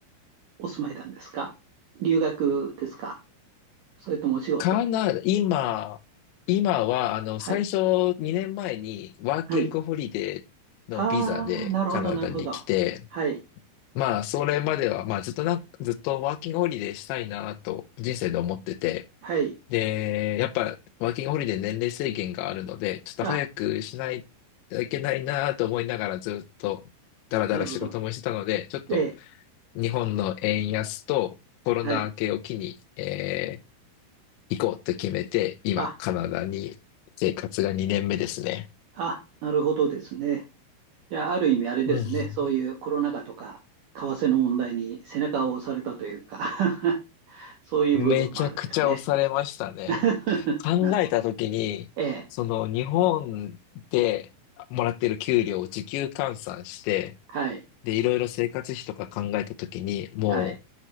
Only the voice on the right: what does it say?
お住まいなんですか留学ですかそれともお仕事
はい。
はい。ああ、なるほど、なるほど。はい。
はい。
あ、
なるほど。
ええ、
はい。
あ、
あ、なるほどですね。いや、ある意味あれですね。
そういうコロナ禍とか、為替の問題に背中を押されたというか <laughs> そういう部分もあるんですね。
<laughs>
なるほど。<laughs> ええ、
はい。
はい。